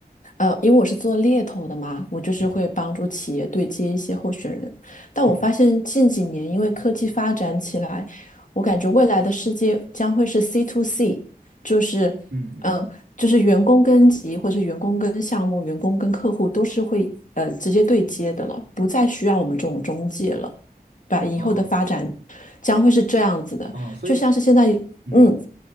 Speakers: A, on the left; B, on the right.
A: 呃，因为我是做猎头的嘛，我就是会帮助企业对接一些候选人。
B: 嗯
A: 但我发现近几年，
B: 嗯
A: 因为科技发展起来，我感觉未来的世界将会是 C to C，就是，
B: 嗯嗯，
A: 嗯、就是员工跟级或者员工跟项目、员工跟客户都是会呃直接对接的了，不再需要我们这种中介了，对吧以后的发展
B: 哦
A: 将会是这样子的，
B: 哦，所以
A: 就像是现在。
B: 嗯
A: 嗯，